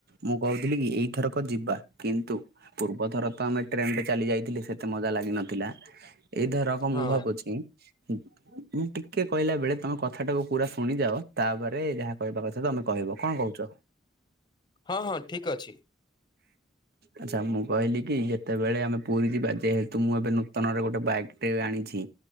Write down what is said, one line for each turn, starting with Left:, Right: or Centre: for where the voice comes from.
Right: ମୁଁ କହୁଥିଲି କି, ଏଇଥରକ ଯିବା କିନ୍ତୁ ପୂର୍ବଥର ତ ଆମେ ଟ୍ରେନ୍ ରେ ଚାଲି ଯାଇଥିଲେ। ସେତେ ମଜା ଲାଗିିନଥିଲା, ଏଇ ଥର କଁ ମୁଁ
Left: ହଁ
Right: ଭାବୁଛି, ମୁଁ ଟିକ୍ ଟିକେ କହିଲା ବେଳେ ତମେ କଥାଟାକୁ ପୁରା ଶୁଣିଯାଅ। ତା'ପରେ ଯାହା କହିବା କଥା ତମେ କହିବ କଣ କହୁଛ?
Left: ହଁ, ହଁ, ଠିକ୍ ଅଛି।
Right: ଆଚ୍ଛା, ମୁଁ କହିଲି କି ଯେତେବେଳେ ଆମେ ପୁରୀ ଯିବା, ଯେହେତୁ ମୁଁ ଏବେ ନୂତନରେ ଗୋଟେ ବାଇକ୍ ଟେ ଆଣିଛି